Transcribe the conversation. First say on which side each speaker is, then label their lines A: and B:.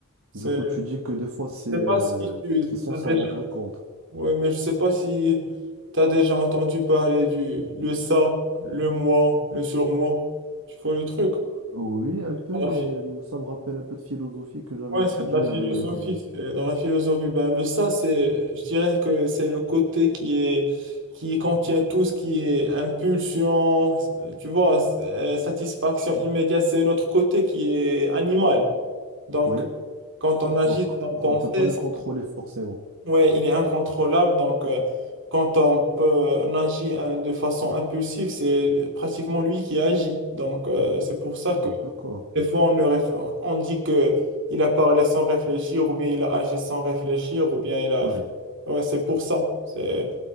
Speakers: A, on the right; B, on the right.
A: C'est,
B: Du coup, tu dis que des fois, c'est euh,
A: je sais pas si tu
B: c'est sans
A: as
B: s'en
A: déjà,
B: rendre compte.
A: ouais, mais je sais pas si tu as déjà entendu parler du le ça, le moi, le surmoi. Tu vois le truc?
B: Oui, un peu,
A: Voilà.
B: mais euh, ça me rappelle un peu de philosophie que j'avais
A: Ouais,
B: étudiée.
A: c'est de la philosophie.
B: Il y avait des...
A: c'est Dans la philosophie, ben, le ça, c'est, je dirais que c'est le côté qui est, qui contient tout ce qui est impulsion, euh, tu vois, euh, satisfaction immédiate. C'est notre côté qui est animal. Donc,
B: Oui,
A: quand on agit
B: donc
A: sans penser,
B: on peut pas le
A: c-
B: contrôler forcément.
A: ouais, il est incontrôlable. Donc, euh, quand on peut, on agit hein, de façon impulsive, c'est pratiquement lui qui agit. Donc, euh, c'est pour ça
B: Ah,
A: que
B: d'accord.
A: des fois, on, ne réf- on dit que il a parlé sans réfléchir, ou bien il a agi sans réfléchir, ou bien il a...
B: Oui.
A: Ouais, c'est pour ça. C'est...